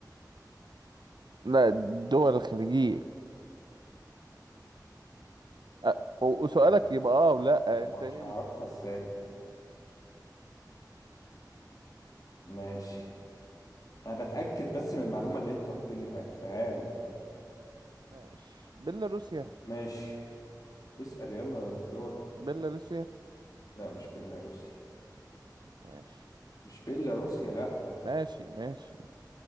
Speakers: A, on the right; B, on the left.
A: لا الدول الخليجية أ- و- وسؤالك
B: اللهم
A: يبقى
B: صل
A: اه ولا
B: ومش
A: انت ايه
B: هعرفها
A: السؤال
B: ازاي ماشي انا بتأكد بس من المعلومة اللي انت قلت لي قلتها لي
A: ماشي بيلاروسيا
B: ماشي اسأل يلا يا مصدور
A: بيلاروسيا
B: لا مش بيلاروسيا
A: ماشي
B: مش بيلاروسيا لا
A: ماشي ماشي